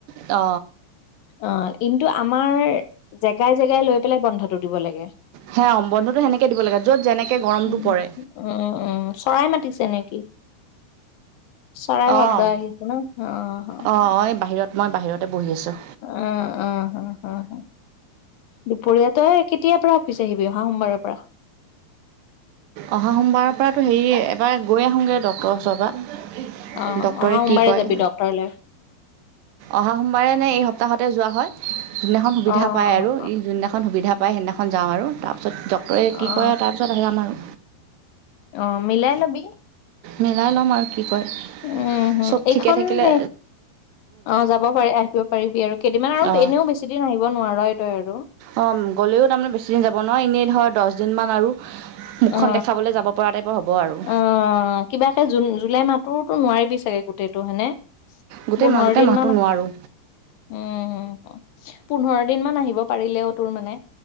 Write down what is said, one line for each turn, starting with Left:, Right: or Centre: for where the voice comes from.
Right: অ
Left: অ', কিন্তু আমাৰ জেগাই জেগাই লৈ পেলাই বন্ধটো দিব লাগে।
Right: সেয়া বন্ধটো সেনেকৈ দিব লাগে য'ত যেনেকৈ গৰমটো
Left: উম,
Right: পৰে
Left: উম চৰাই মাতিছে নেকি? চাৰাই শব্দ
Right: অঁ
Left: আহি আছে ন‌' অ', হ
Right: অঁ
Left: হ।
Right: এই বাহিৰত মই বাহিৰতে বহি আছোঁ
Left: অ অ অ অ দুপৰীয়া তই কেতিয়াৰ পৰা অফিচ আহিবি অহা সোমবাৰৰ পৰা <unintelligible>
Right: অহা সোমবাৰৰ পৰাতো হেৰি এবাৰ গৈ আহোঁগৈ ডক্টৰৰ ওচৰ পৰা
Left: অ
Right: ডক্তৰে
Left: অহা সোমবাৰে
Right: কি কয়
Left: যাবি ডক্তৰলৈ
Right: অহা সোমবাৰে নে এই সপ সপ্তাহতে যোৱা হয় যোনদিনাখন সুবিধা
Left: অ
Right: পায়
Left: অ
Right: আৰু
Left: অ
Right: ই যোনদিনাখন সুবিধা পায় সেইদিনাখন যাওঁ আৰু তাৰ। ডক্টৰেট কি
Left: অ
Right: কৰে তাৰপিছত হেৰাম <unintelligible> ম আৰু
Left: অ', মিলাই ল'বি।
Right: মিলাই ল'ম আৰু কি কয়
Left: উম হম
Right: চব
Left: এইখন
Right: ঠিকে থাকিলে
Left: সেই অ', যাব পাৰি আহিব পাৰিবি আৰু কেইদিনমান আৰু
Right: অঁ
Left: এনেও বেছিদিন আহিব নোৱাৰই তই আৰু।
Right: অ গ'লেও তাৰমানে বেছিদিন যাব নহয় এনেই ধৰ দহ দিনমান আৰু মুখখন
Left: অ
Right: দেখাবলৈ যাব পৰা টাইপৰ হ'ব আৰু
Left: অ কিবাকে জুন জুলাই মাহতৰোতো নোৱাৰিবি চাগে গোটেইটোনে হয় নে
Right: গোটেই
Left: পোন্ধৰ
Right: মাহ গোটেই
Left: দিনমান
Right: মাহটো
Left: উম
Right: নোৱাৰোঁ
Left: উম পোন্ধৰ দিন মান আহিব পাৰিলেও তোৰ মানে